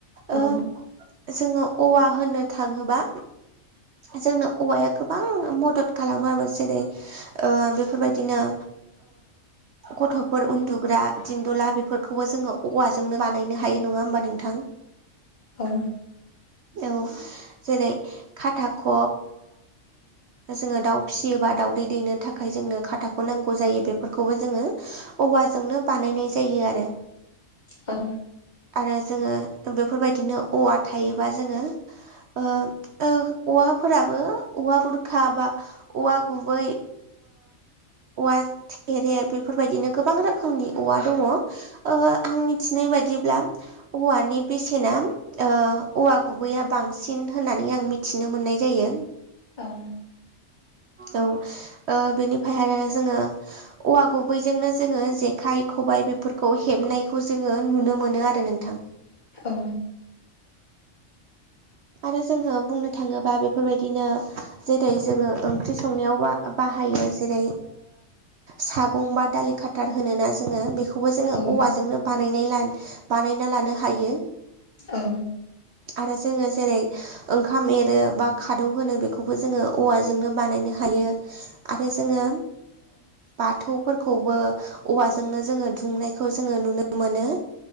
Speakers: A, on the left; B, on the right.
A: औ
B: ओ जोङो औवा होननो थाङोबा जोंनो औवाया खोब गोबां मदद खालामो आरो जेरै बेफोरबायदिनो गथ'फोर उन्दुग्रा दिनन्दुला बेफोरखौबो जोङो औवाजोंनो बानायनो हायो नङा होमबा नोंथां <inaudible>
A: ओ
B: औ जेरै खाथाख' जोङो दाउ फिसियोबा दाउदै दैनो थाखाय जोंनो खादा नांगौ जायो बेफोरखौबो जोङो औवाजोंनो बानायनाय जायो आरो
A: औ
B: आरो जोङो बेफोरबायदिनो औवा थायोबा जोङो औवा फोराबो औवा बुरखा बा औवा गुबै औवा थेरे बेफोरबायदिनो गोबां रोखोमनि औवा दङ आं मिथिनाय बादिब्ला औवानि बेसेना ओ औवा गुबैया बांसिन होननानै आं मिथिनो मोननाय जायो
A: ओं
B: औ बेनिफ्राय आरो जोङो औवा गुबैजोंनो जोङो जेखाइ खबाय बेफोरखौ हेबनायखौ जोङो नुनो मोनो आरो नोंथाङा <inaudible>
A: औ
B: आरो जोङो बुंनो थाङोबा बेफोरबायदिनो जेरै जोङो ओंख्रि संनायाव बा बाहायो जेरै सागं बा दालि खाथार होनो ना जोङो बे बेखौबो जोङो
A: औ
B: औवाजोंनो बानाय बानायना लानो हायो
A: औ
B: आरो जोङो जेरै ओंखाम एरो बा खादौ होनो बे बेबो जोङो औवाजोंनो बानायनो हायो आरो जोङो बाथौफोरखौबो औवाजोंनो जोङो दुंनायखौ जोङो नुनो मोनो